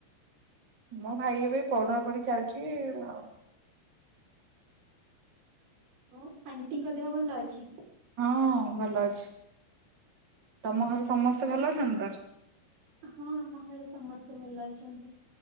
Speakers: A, on the right (about 40°); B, on the right (about 80°).
A: ମୋ ଭାଇ ଏବେ ପଢା ପଢି ଚାଲଛି ଆଉ।
B: ଆଉ ଆଣ୍ଟିଙ୍କ ଦେହ ଭଲ ଅଛି?
A: ହଁ ଭଲ ଅଛି। ତମ ଘରେ ସମସ୍ତେ
B: ଆଉ
A: ଭଲ ଅଛନ୍ତି ତ?
B: ହଁ ଆମ ଘରେ ସମସ୍ତେ ଭଲ ଅଛନ୍ତି।